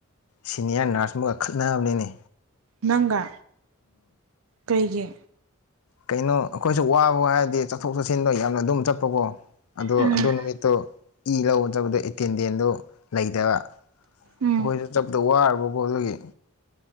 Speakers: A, on the left; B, on the right.
A: ꯁꯤꯅꯤꯌꯥꯔ ꯅꯔꯁ ꯑꯃꯒ ꯈꯠꯅꯕꯅꯦꯃꯤ
B: ꯅꯪꯒ ꯀꯩꯒꯤ
A: ꯀꯩꯅꯣ ꯑꯩꯈꯣꯏꯁꯨ ꯋꯥꯕ ꯍꯥꯏꯔꯗꯤ ꯆꯠꯊꯣꯛ ꯆꯠꯁꯤꯟꯗꯣ ꯌꯥꯝꯅ ꯑꯗꯨꯝ ꯆꯠꯄꯀꯣ ꯑꯗꯣ
B: ꯎꯝ
A: ꯑꯗꯨ ꯅꯨꯃꯤꯠꯇꯣ ꯏ ꯂꯧꯕ ꯆꯠꯄꯗ ꯑꯦꯇꯦꯟꯗꯦꯟꯗꯨ ꯂꯩꯇꯕ
B: ꯎꯝ
A: ꯑꯩꯈꯣꯏꯁꯨ ꯆꯠꯄꯗ ꯋꯥꯔꯕꯀꯣ ꯑꯗꯨꯒꯤ